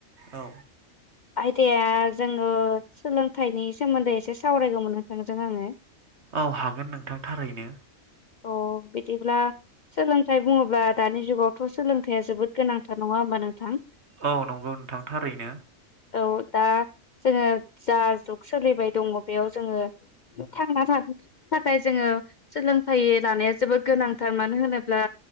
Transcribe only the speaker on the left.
आयदाया जोङो सोलोंथाइनि सोमोन्दै एसे सावरायगौमोन नोंथांजों आङो
अ बिदिब्ला सोलोंथाइ बुङोब्ला दानि जुगावथ' सोलोंथाइया जोबोद गोनांथार नङा होमबा नोंथां
औ दा जोङो जा जुग सोलिबाय दङ बेयाव जोङो थांना थानो थाखाय जोङो सोलोंथाइ लानाया जोबोद गोनांथार मानो होनोब्ला